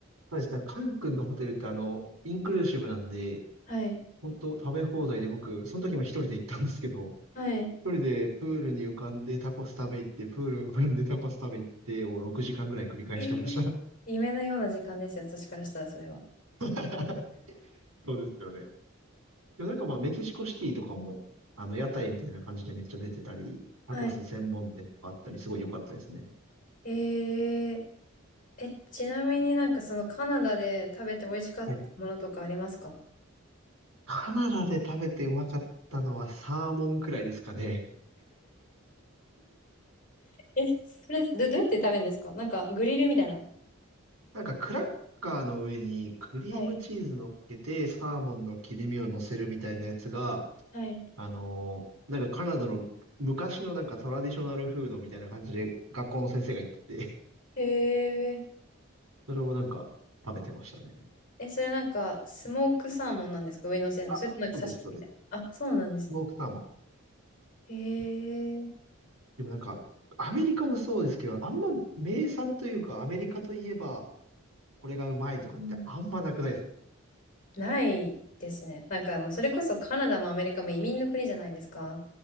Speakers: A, on the right; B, on the left.
A: そうですね、カン君のホテルってあの、インクルーシブなんで、
B: はい。
A: 本当食べ放題で僕、その時も一人で行ったんですけど、
B: はい。
A: 一人でプールに浮かんでタコス食べ行って、プールに浮かんでタコス食べ行ってを6時間ぐらい繰り返してました。
B: えー夢のような時間ですよ、私からしたらそれは。
A: <laughs> そうですよね。でもなんかまあメキシコシティとかも、あの屋台みたいな感じでめっちゃ出てたり、タコス専門店とかあったり、
B: はい。
A: すごい良かったですね。
B: えええ、ちなみになんかそのカナダで食べて美味しかったものとかありますか
A: はい。カナダで食べてうまかったのはサーモンくらいですかね。
B: え、それ、ど、どうやって食べるんですかなんかグリルみたいな。
A: なんかクラッカーの上にクリームチーズ乗っけて、
B: はい。
A: サーモンの切り身を乗せるみたいなやつが、
B: はい。
A: あのーなんかカナダの昔のなんかトラディショナルフードみたいな感じで学校の先生が言ってて、
B: へえ。
A: <laughs> それをなんか食べてましたね。
B: え、それなんかスモークサーモンなんですか上に乗せるの。
A: あ、
B: それともなんか刺身みたいな。
A: そうです、そうです。
B: あ、そうなんですね。
A: スモークサーモン。
B: へえ。
A: でもなんか、アメリカもそうですけど、あんま名産というか、アメリカといえば、これがうまいとかってあんまなくないですか
B: うんないですね。なんかもうそれこそカナダもアメリカも移民の国じゃないですか。